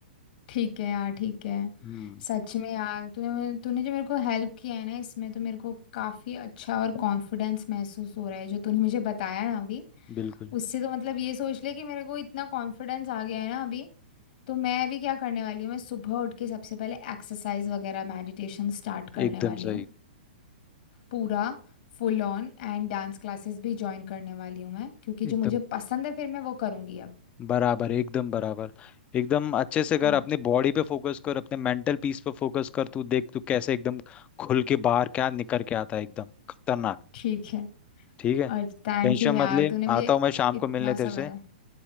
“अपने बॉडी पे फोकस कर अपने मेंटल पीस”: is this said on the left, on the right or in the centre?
Left